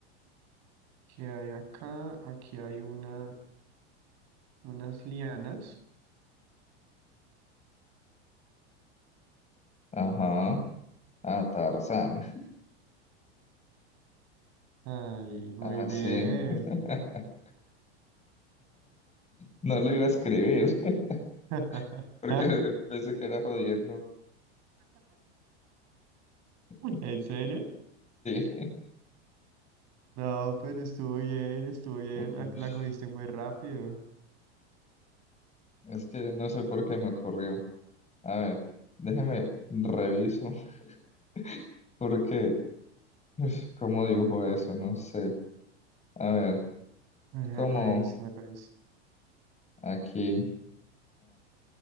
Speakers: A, on the right; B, on the left.
A: ¿qué hay acá? Aquí hay una, unas lianas.
B: Ajá. Ah, Tarzán. <laughs>
A: Ay, muy
B: Ah,
A: bien.
B: sí. <laughs> No lo iba a escribir <laughs>
A: <laughs>
B: porque pensé que era jodiendo. <laughs>
A: ¿En serio?
B: Sí.
A: No, pero estuvo bien, estuvo bien,
B: Ush,
A: la, la cogiste muy rápido.
B: Es que no sé por qué me ocurrió. A ver, déjeme reviso <laughs> porque, ush, ¿cómo dibujo eso? No sé. A ver,
A: A ver,
B: como
A: revisa, revisa.
B: aquí.